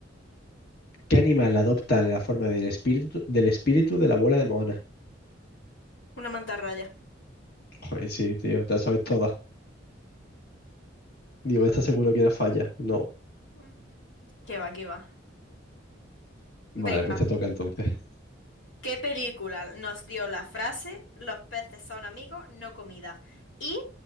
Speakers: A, on the left; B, on the left.
A: ¿Qué animal adopta la forma del espíritu, del espíritu de la abuela de Moana?
B: una mantarraya.
A: Joder, sí, tío, te la sabes toda. Digo, esta seguro que era falla. No.
B: Mm, ¿Qué va, qué va? Venga,
A: Vale, pues te toca entonces.
B: ¿qué película nos dio la frase Los peces son amigos, no comida? Y